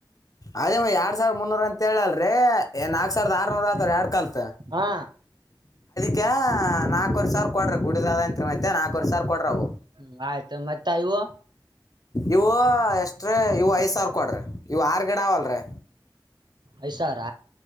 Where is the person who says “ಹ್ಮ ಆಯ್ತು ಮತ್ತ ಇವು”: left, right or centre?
Right